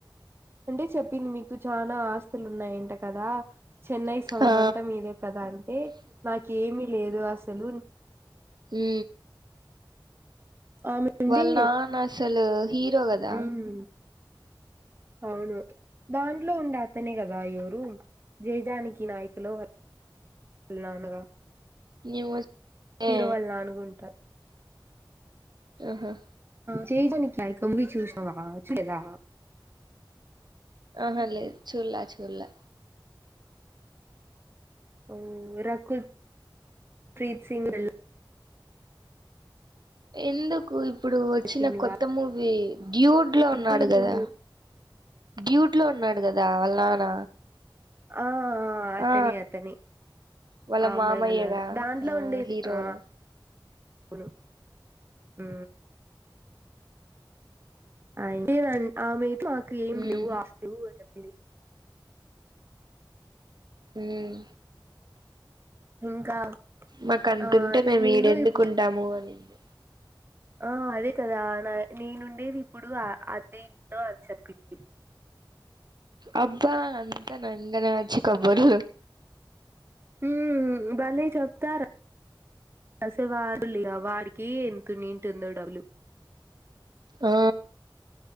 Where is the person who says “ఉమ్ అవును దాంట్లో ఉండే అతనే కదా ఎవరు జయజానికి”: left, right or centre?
Right